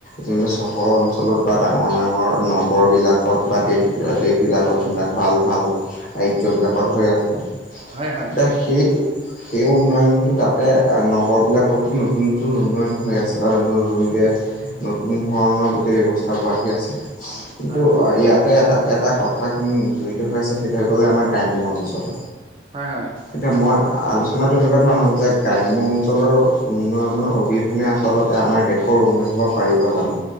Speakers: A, on the left (about 45°); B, on the right (about 30°).
A: যিমে চহৰ অঞ্চলত বা ডাঙৰ ডাঙৰ নগৰবিলাকত বা দেশবিল দেশ। বিলাকত যিলাক ভাল ভাল আৰ্য বিলাকত হৈ আছে। এতা
B: হয় হয়
A: সে- সেই উন্নয়নটো তাতে নগৰ বিলাকতো নতুন নতুন উন্নয়ন হৈ আছে বা নতুন নতুনকে নতুন ধৰণৰ গোটেই ব্যৱস্থাবোৰ আহি আছে। কিন্তু
B: হয় হয়
A: ইয়াত এ এটা এটা কথা কি জড়িত হৈ আছে। সেইটো হৈ গ'ল আমাৰ গ্ৰাম্য অঞ্চলত
B: হয় হয়।
A: এতিয়া মই আলোচনা তেনেকুৱা ধৰণৰ যে গ্ৰাম্য অঞ্চলৰ উন্নয়নৰ অবিহনে আচলত- তে আমাৰ দেশৰ উন্নয়ন হ'ব পাৰিব জানো